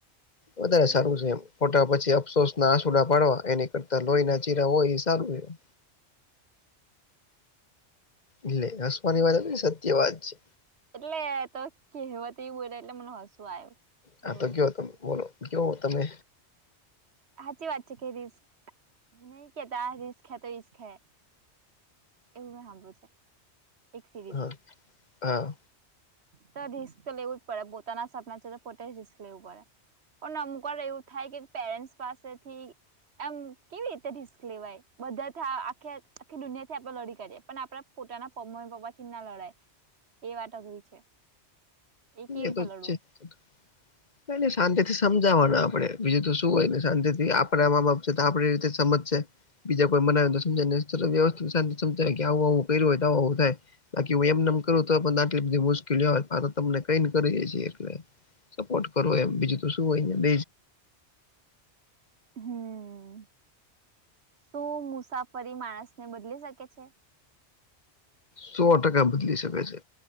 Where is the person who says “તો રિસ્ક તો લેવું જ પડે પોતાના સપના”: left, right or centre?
Right